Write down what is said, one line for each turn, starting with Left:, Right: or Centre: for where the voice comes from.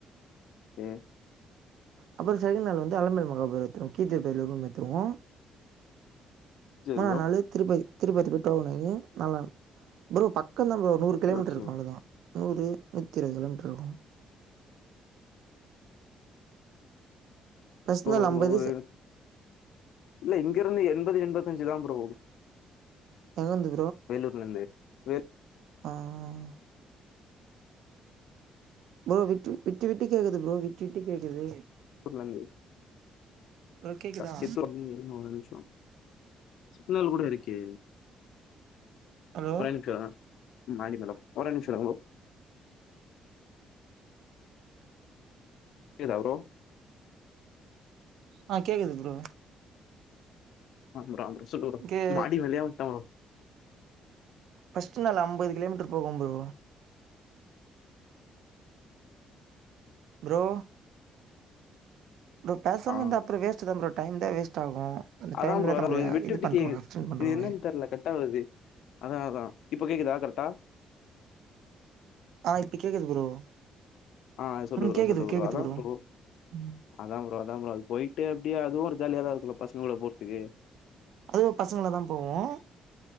Left: <unintelligible>
Right: அப்புறம் செகன்ட் நாள் வந்து அலம்பர் மகாபூர் வந்துரும் கீத்த பேரலக்கும் வத்துருவோம்
Left: சரி
Right: மூணாம்
Left: ப்ரோ.
Right: நாளு திருப்பதி திருப்பதி <unintelligible> நல்லருக்கும் ஃப்ரோ பக்க பக்கந்தாம்ப்ரோ ஒரு நூறு
Left: ஓகே,
Right: கிலோமீட்டரு
Left: ஓகே.
Right: இருக்கும் அவ்வளோதான் நூறு நூற்றி இருபது கிலோமீட்டரு இருக்கும் ஃபர்ஸ்ட்
Left: ஒரு
Right: நாள் அம்பது
Left: நூறு
Right: செ
Left: இல்ல இங்க இருந்து எண்பது எண்பத்தஞ்சு தான் ப்ரோ கூட போகும்
Right: எங்கருந்து
Left: வேலூர்லருந்து வே
Right: ஆஹ் ப்ரோ விட்டுவிட்டு விட்டுவிட்டு கேக்குது ப்ரோ விட்டு விட்டு கேக்குது
Left: <unintelligible>
Right: ப்ரோ கேக்குதா
Left: சித்து நிமிஷம் சிக்னள் கூட இருக்கே
Right: ஹலோ
Left: ஒரே நிமிசம் மாடி மேல ஒரே நிமிஷம் இருங்கோ கேட்குதா ப்ரோ
Right: ஆஹ் கேக்குது ப்ரோ
Left: <unintelligible> சொல்லு
Right: கே
Left: மாடி மேலயே உட்டான் ப்ரோ
Right: ஃபர்ஸ்ட் நாளு அம்பது கிலோமீட்டர் போகும் ப்ரோ ப்ரோ ப்ரோ பேசாமே
Left: ஆ.
Right: இருந்த அப்பறம் வேஸ்ட் தான் ப்ரோ டைம் தான் வேஸ்ட் ஆகும் அந்த
Left: அதான்
Right: டைம்ல
Left: ப்ரோ அத
Right: நம்மள
Left: விட்டு
Right: இது
Left: விட்டு
Right: பண்றுவாங்க
Left: கேக்குது
Right: அப்சென்ட் பண்றுவாங்க
Left: இது என்னன்னு தெர்ல கட்டாவது அதா அதா இப்ப கேக்குதா கரெக்டா
Right: ஆஹ் இப்ப கேக்குது ப்ரோ
Left: ஆஹ் சொல்லு
Right: ம்
Left: ப்ரோ
Right: கேக்குது
Left: சொல்லு ப்ரோ
Right: கேக்குது
Left: அதா ப்ரோ
Right: ம்
Left: அதான் ப்ரோ அதான் ப்ரோ அது போயிட்டு அப்படியே அதுவும் ஒரு ஜாலியாதான் இருக்குல பசங்க கூட போறதுக்கு
Right: அது பசங்களாதா போவோம்